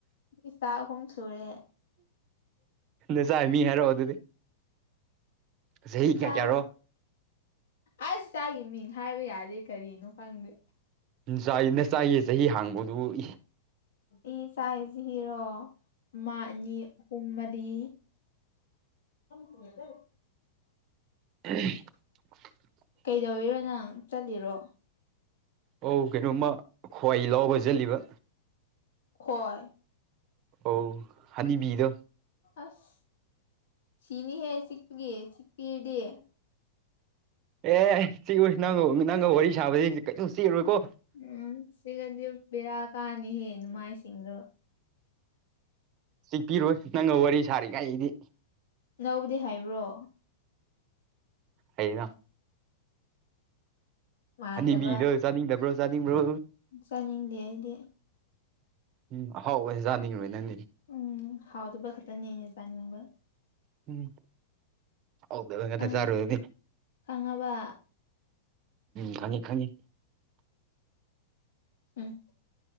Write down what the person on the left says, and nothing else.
ꯏꯆꯥ ꯑꯍꯨꯝ ꯁꯨꯔꯦ
ꯆꯥꯒꯤ
ꯑꯁ ꯇꯥꯒꯤ ꯃꯤꯡ ꯍꯥꯏꯕ ꯌꯥꯗꯦ ꯀꯔꯤꯅꯣ ꯈꯪꯗꯦ
ꯑꯩ ꯆꯁꯤ ꯍꯔꯣ ꯑꯃ ꯑꯅꯤ ꯑꯍꯨꯝ ꯃꯔꯤ ꯇꯨꯋꯗ
ꯀꯩꯗꯧꯔꯤꯔꯣ ꯅꯪ ꯆꯠꯂꯤꯔꯣ
ꯍꯣꯏ
ꯑꯁ ꯁꯤꯅꯤ ꯍꯦ ꯁꯤꯛꯒ ꯁꯤꯛꯄꯤ ꯏ ꯗꯦ
ꯎꯝ ꯁꯤꯒꯗꯤ ꯕꯦꯔꯥ ꯀꯥꯅꯤꯍꯦ ꯃꯥꯏꯁꯤꯡꯗꯣ
ꯂꯧꯕꯗꯤ ꯍꯥꯏꯕ꯭ꯔꯣ
ꯃꯥꯟꯗꯕ
ꯆꯥꯅꯤꯡꯗꯦ ꯑꯩꯗꯤ
ꯎꯝ ꯍꯥꯎꯗꯕ ꯈꯛꯇꯅꯦ ꯑꯩꯅ ꯆꯥꯅꯤꯡꯕ
ꯈꯪ
ꯈꯪꯉꯕ
ꯎꯝ